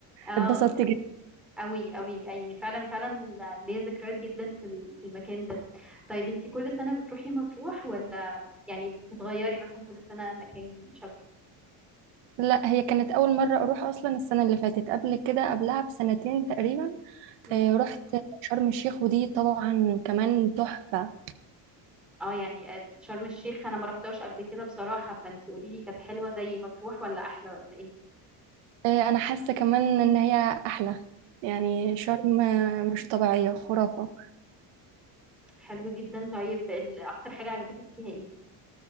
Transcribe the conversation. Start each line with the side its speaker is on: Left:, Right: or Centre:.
Centre: اه
Right: اتبسطتي
Centre: يعني
Right: جدا
Centre: أوي أوي يعني فعلا فعلا ليا ذكريات جدا في ال- في المكان ده طيب انتي كل سنة بتروحي مطروح ولا يعني بتغيري مثلا كل سنة مكان شكل
Right: لا هي كانت اول مره اروح اصلا السنه اللي فاتت قبل كده قبلها بسنتين تقريبا
Centre: مم.
Right: آه، رحت شرم الشيخ ودي طبعا كمان تحفه
Centre: اه يعني شرم الشيخ انا ما رحتهاش قبل كده بصراحة فانتي قولي لي كانت حلوة زي مطروح ولا احلى ولا ايه
Right: آه، انا حاسه كمان ان هي احلى يعني شرم مش طبيعيه خرافه
Centre: حلو جدا طيب ال- اكتر حاجة عجبتك فيها ايه